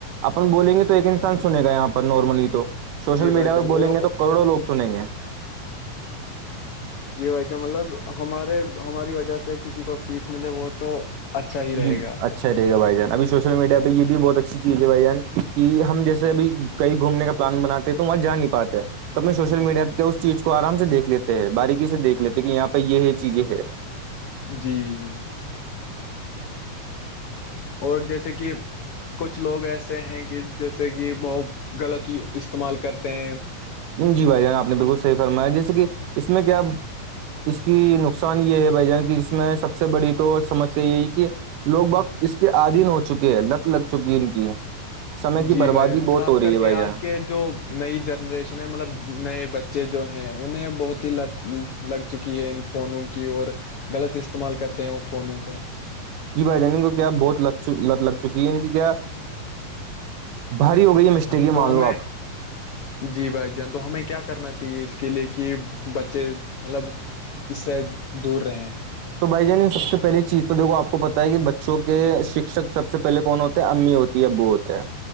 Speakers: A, on the right (about 75°); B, on the left (about 80°).
A: اپن بولیں گے تو ایک انسان سنے گا یہاں پر نارملی تو سوشل
B: جی بھائی
A: میڈیا
B: جان
A: پہ بولیں
B: وہ
A: گے تو کروڑوں لوگ سنیں گے
B: جی بھائی جان مطلب ہمارے ہماری وجہ سے کسی کو سیکھ ملے وہ تو اچھا ہی رہے
A: جی
B: گا
A: اچھا <unintelligible> اچھا رہے گا بھائی جان ابھی سوشل میڈیا پہ یہ بھی بہت اچھی چیز ہے بھائی جان کہ ہم جیسے اھی کہئی گھومنے کا پلان بنے ہیں تو وہاں جا نہیں پاتے تو اپنے سوشل میڈیا پہ کیا اس چیز کو آرام سے دیکھ لیتے ہیں باریکی سے دیکھ لیتے کہ یہاں پہ یہ چیز یہ ہے
B: جی جی اور جیسے کہ کچھ لوگ ایسے ہیں کہ جیسے کہ وہ غلط ہی استعمال کرتے ہیں
A: جی بھائی جان آپ نے بالکل صحیح فرمایا جیسے کہ اس میں کیا اس کی نقصان یہ ہے بھائی جان کی جس میں سب سے بڑی تو سمسیا یہی کہ لوگ بہت اس کے آدھیین ہو چکے ہیں لت لگ چکی ہے ان کی سمے کی
B: جی
A: بربادی
B: بھائی ج
A: بہت
B: خاص
A: ہو رہی
B: کر
A: ہے بھائی
B: کے
A: جان
B: آج کے جو نئی جنریشن ہے مطلب نئے بچے بچے جو ہیں انہیں بہت ہی لت لگ چکی ہے ان فونوں کی اور غلط استعمال کرتے ہیں وہ فونوں کے
A: جی بھائی جان کو کیا بہت لت لت لگ چکی ہے ان کی کیا بھاری ہو گئی مسٹیک یہ
B: تو
A: مان
B: ہمیں
A: لو آپ
B: جی بھائی جان تو ہمیں کیا کرنا چاہیے اس کے لیے کہ بچے مطلب اس سے دور رہیں
A: تو بھائی جان سب سے پہلی چیز تو دیکو آپ کو پت ہے کہ بچوں کے شکشک سب سے پہلے کون ہوتے ہیں امی ہوتے ابو ہوتے ہیں